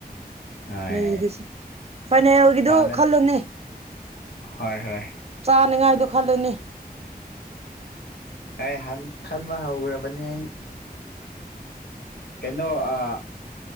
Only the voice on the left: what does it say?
ꯍꯣꯏ
ꯄꯥꯜꯂ
ꯍꯣꯏ ꯍꯣꯏ
ꯍꯥꯏ ꯍꯟ ꯈꯟꯕ ꯍꯧꯒ꯭ꯔꯕꯅꯦ ꯑꯩ ꯀꯩꯅꯣ ꯑ